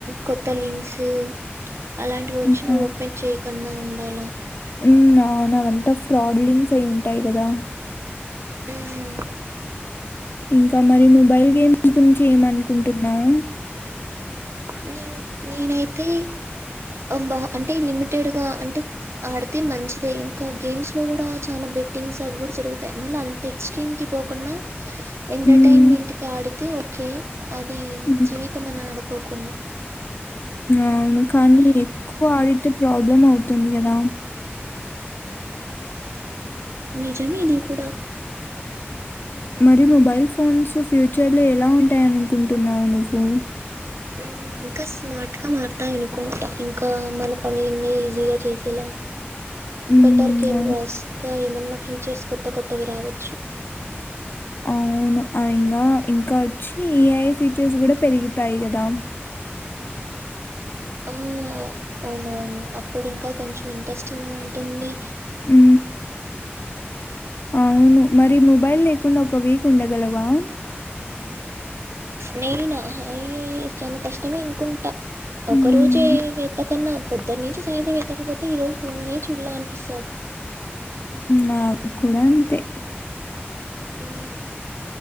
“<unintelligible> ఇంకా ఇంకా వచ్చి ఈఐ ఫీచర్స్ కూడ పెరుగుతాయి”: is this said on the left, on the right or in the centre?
Left